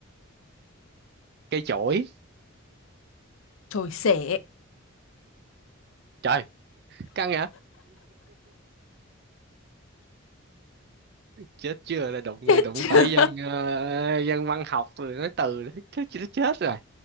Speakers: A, on the right (about 50°); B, on the left (about 75°).
A: cây chổi.
B: trồi sể
A: Trời, căng hả? Chết chưa là đụng
B: chết
A: đụng
B: chưa
A: phải dân ờ, dân văn học rồi nói từ đấy. <laughs> chết chết chết rồi.